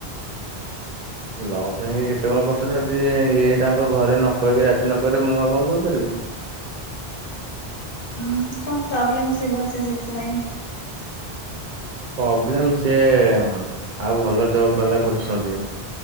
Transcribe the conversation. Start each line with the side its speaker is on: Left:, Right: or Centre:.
Left: ହ
Right: ଲଭ ପାଇଁ କେତେ କଣ କରୁଚନ୍ତି। ଯଦି ଇଏ ତାଙ୍କ ଘରେ ନ କହିକି ରାଜି ନ କରିବ। ମୁଁ ଆଉ କଣ କରିପାରିବି?
Left: ଉଁ କଣ ପ୍ରୋବ୍ଲେମ୍ ଥିବ ସେ ସେଥିପାଇଁ
Right: ପ୍ରୋବ୍ଲେମ ସିଏ ଆଉ ଭଲ ଜବ୍ ବାଲା ଖୋଜୁଛନ୍ତି।